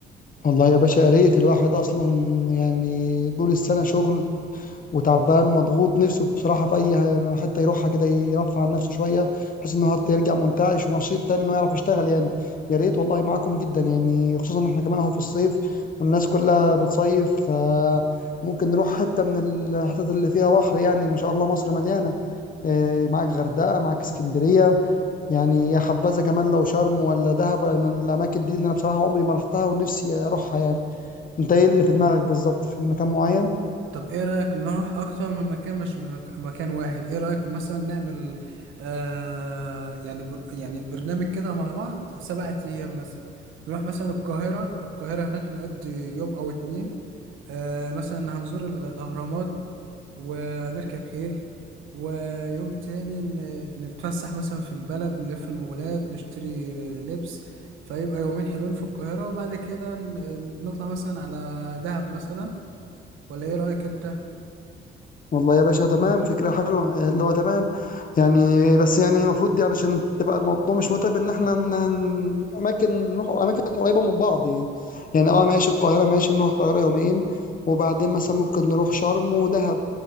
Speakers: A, on the left (about 45°); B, on the right (about 80°).
A: والله يا باشا يا ريت الواحد اصلا يعني طول السنه شغل وتعبان ومضغوط نفسه بصراحه في اي حته يروحها كده يرفع عن نفسه شويه بحيث انه حتى يرجع منتعش ونشيط تاني انه يعرف يشتغل يعني يا ريت والله معاكم جدا يعني خصوصا ان احنا كمان اهو في الصيف والناس كلها بتصيف فممكن نروح حته من الحتت اللي فيها بحر يعني ما شاء الله مصر مليانه إيه، معاك غردقه معاك اسكندريه يعني يا حبذا كمان لو شرم ولا دهب ولا من الاماكن دي اللي انا بصراحه عمري ما رحتها ونفسي اروحها يعني انت ايه اللي في دماغك بالظبط في مكان معين
B: طب ايه رأيك نروح اكتر من مكان مش من مكان واحد ايه رأيك مثلا نعمل آه يعني بر يعني برنامج كده مع بعض سبعة ايام مثلا نروح مثلا القاهرة القاهرة هناك نقضي يوم او اتنين آه مثلا هنزور ال- الاهرامات ونركب خيل ويوم تاني ن- نتفسح مثلا في البلد نلف المولات نشتري لبس فيبقى يومين حلوين في القاهرة وبعد كده ن- نطلع مثلا على دهب مثلا ولا ايه رأيك انت
A: والله يا باشا تمام فكرة حلوة اللي هو تمام يعني بس يعني المفروض يعني عشان تبقى الموضوع مش متعب ان احنا ن- ن- اماكن نروح اماكن قريبة من بعض يعني يعني اه ماشي القاهرة ماشي نروح القاهرة يومين وبعدين مثلا ممكن نروح شرم ودهب